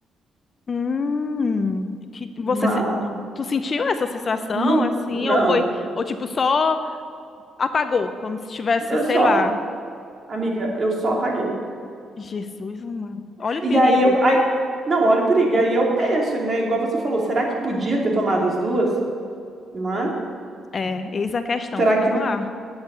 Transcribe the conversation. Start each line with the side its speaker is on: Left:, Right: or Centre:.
Left: Hum, que você
Right: Mas
Left: se- tu sentiu essa sensação
Right: não,
Left: assim
Right: não,
Left: ou foi ou tipo só Apagou, como se tivesse,
Right: eu
Left: sei
Right: só,
Left: lá.
Right: amiga, eu só apaguei.
Left: Jesus amado. Olha o
Right: E
Left: perigo.
Right: aí eu, aí, não, olha o perigo. Aí eu penso, né? Igual você falou, será que podia ter tomado as duas? Não é?
Left: É, eis a questão,
Right: Será
Left: fica
Right: que
Left: no ar.